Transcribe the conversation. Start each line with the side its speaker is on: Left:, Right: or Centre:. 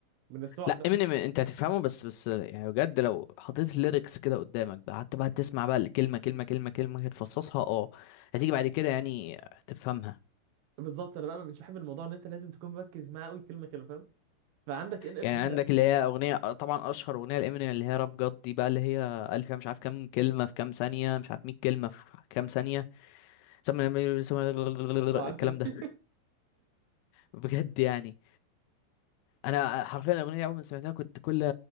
Right: من السرعه
Left: لا امينيم انت هتفهمه بس بس يعني بجد لو حطيت الليركس كده قدامك بقى قعدت بقى تسمع بقى الكلمه كلمه كلمه كلمه هتفصصها اه هتيجي بعد كده يعني تفهمها
Right: بالظبط انا بقى مش بحب الموضوع ان انت لازم تكون مركز معاه قوي كلمه كلمه فاهم فعندك ان اف
Left: يعني
Right: ده
Left: عندك
Right: لا
Left: اللي هي اغنيه آه، طبعا اشهر اغنيه لامينيم اللي هي راب جاد دي بقى اللي هي قال فيها مش عارف كام كلمه في كام ثانيه مش عارف 100 كلمه في كام ثانيه سم- الكلام
Right: اه عارف دي
Left: ده
Right: <laughs>
Left: <laughs> بجد يعني انا حرفيا الاغنيه اول ما سمعتها كنت كل